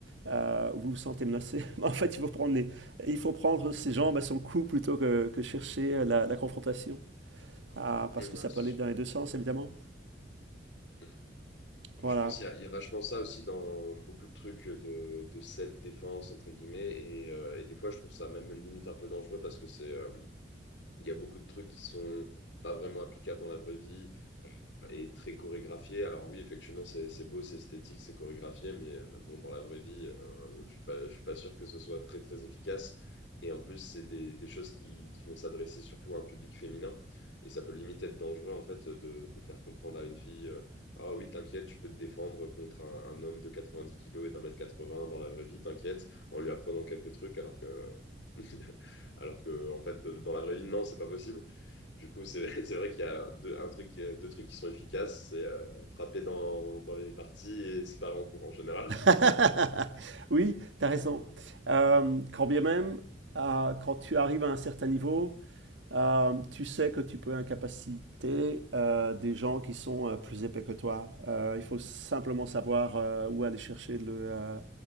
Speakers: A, on the right (about 85°); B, on the left (about 75°).
A: euh, vous vous sentez menacé. <laughs> En fait, il faut prendre les, il faut prendre ses jambes à son cou plutôt que, que chercher la, la confrontation. Ah, parce
B: Mm,
A: que
B: ouais,
A: ça
B: c'est
A: peut aller dans
B: sûr.
A: les deux sens, évidemment.
B: Mm.
A: Voilà.
B: Je pense qu'il y a, il y a vachement ça aussi dans beaucoup de trucs de, de self-défense, entre guillemets, et, euh, et des fois, je trouve ça même limite un peu dangereux parce que c'est, euh, il y a beaucoup de trucs qui sont pas vraiment applicables dans la vraie vie. et très chorégraphié. Alors oui, effectivement, c'est c'est beau, c'est esthétique, c'est chorégraphié, mais euh, bon, dans la vraie vie, euh, je suis pas, je suis pas sûr que ce soit très, très efficace. Et en plus, c'est des, des choses qui, qui vont s'adresser surtout à un public féminin. Et ça peut limite être dangereux, en fait, de, de faire comprendre à une fille, euh, ah oui, t'inquiète, je peux te défendre contre un, un homme de 90 kilos et d'un mètre 80 dans la vraie vie, t'inquiète, en lui apprenant quelques trucs, alors que, <laughs> alors que, en fait, de- dans la vraie vie, non, c'est pas possible. Du coup, c'est <laughs> c'est vrai qu'il y a deux, un truc, euh, deux trucs qui sont efficaces, c'est euh, frapper dans, dans les parties et séparer en cours en général.
A: <laughs> Oui, tu as raison. Euh, quand bien même, euh, quand tu arrives à un certain niveau, euh, tu sais que tu peux incapaciter euh, des gens qui sont euh, plus épais que toi. Euh, il faut simplement savoir euh, où aller chercher le, euh,